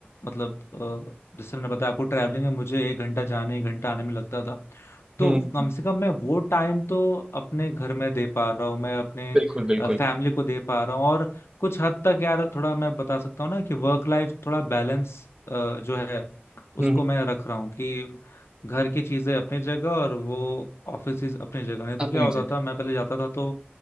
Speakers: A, on the left (about 85°); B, on the right (about 20°).
A: मतलब जैसे मैंने बताया आपको ट्रैवलिंग में मुझे एक घंटा जाने एक घंटा आने में लगता था तो
B: हम्म,
A: कम से कम मैं वो टाइम तो अपने घर में दे पा रहा हूँ मैं अपने
B: बिल्कुल बिल्कुल
A: फैमिली को दे पा रहा हूँ और कुछ हद तक यार थोड़ा मैं बता सकता हूँ ना कि वर्क लाइफ थोड़ा बैलेंस जो है
B: हम्म,
A: उसको मैं रख रहा हूँ कि घर की चीजें अपनी जगह और वो ऑफिस अपनी जगह नहीं तो
B: अपनी
A: क्या होता
B: जगह
A: था मैं पहले जाता था तो